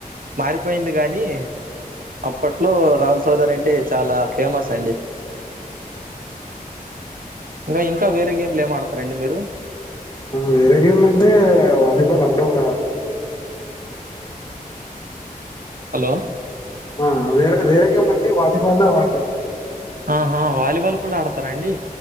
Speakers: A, on the right (about 65°); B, on the left (about 30°).
A: మారిపో పోయింది గాని అప్పట్లో రాహుల్ చౌదరి అంటే చాలా ఫేమస్ అండి ఇంకా ఇంకా వేరే గేమ్లు ఏం ఆడుత రండి మీరు
B: వేరే గేమ్లంటే వాలిబాల్ అప్పుడప్పుడు ఆడుతం
A: హలో
B: ఆ వేరే వేరే గేమ్ లంటే వాలీబాల్ అవి ఆడుతుం
A: అహా వాలీబాల్ కూడా ఆడుతరా అండి